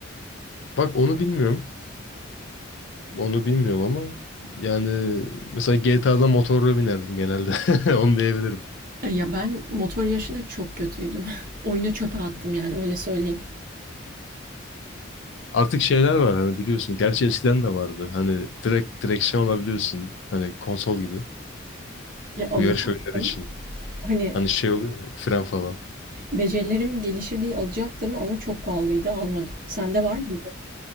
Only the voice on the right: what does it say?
E, ya ben motor yarışına çok kötüydüm. <laughs> Oyunu çöpe attım yani öyle söyleyeyim.
Ya alacaktım.
Hani
becerilerim gelişir diye alacaktım ama çok pahalıydı almadım. Sende var mıydı?